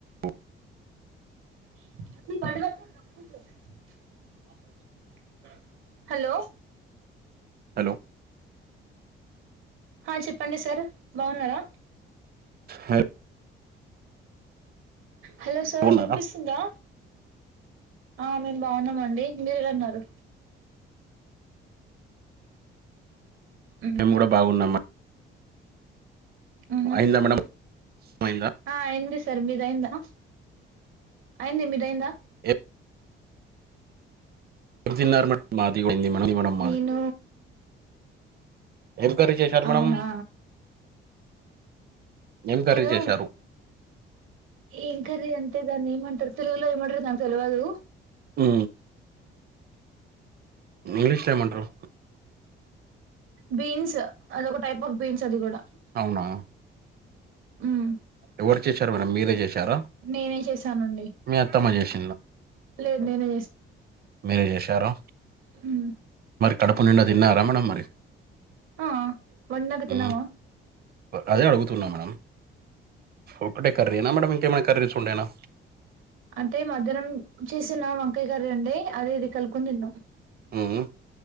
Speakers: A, on the right; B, on the right.
A: ఓ
B: <unintelligible> hello
A: hello
B: హా చెప్పండి sir బాగున్నారా
A: హలో
B: హలో సార్
A: బాగున్నారా
B: వినిపిస్తుందా ఆ మేము బాగున్నాం అండి మీరు ఎలాన్నారు మ్మ్
A: మేము కూడా బాగున్నామ
B: ఆహా
A: అయిందా మేడం అయిందా
B: ఆ ఏం చెస్ తరు మీది అయిందా అయింది మీరయిందా
A: ఎ తిన్నారు మ మాది కూడా అయింది మేడం మేడం
B: నేను
A: ఎం కర్రీ చేశారు మేడం
B: అవునా
A: ఏం కర్రీ
B: నేను
A: చేశారు
B: ఏం కర్రీ అంటే దాన్ని ఏమంటారు తెలగులో ఏమంటారు నాకు తెలవదు
A: ఉ ఇంగ్లీష్ లో ఏం అంటారు
B: బీన్స్ అదొక టైప్ ఆఫ్ బీన్స్ అది కూడా
A: అవునా
B: మ్మ్
A: ఎవరు చేసారు మేడం మీరే చేశారా
B: నేనే చేశానండి
A: మీ అత్తమ్మ చేసారు
B: లేదు నేనే
A: మీరే చేశారా
B: హ్మ్
A: కడపు నిండా తినరా మేడమ్ మరి
B: ఆ వుండక
A: ఉమ్,
B: తినవా
A: అదే అడుగుతున్నా మేడం ఒక్కటే కర్రీ ఎనా మేడమ్ ఇంకేం అయినా కర్రీ తెచ్చుకుంటేనా
B: అంటే మధ్యాహ్నం చేసిన వంకాయ కర్రీ ఉండే అది ఇది కలుపుకుని తిన్నాం
A: హ్మ్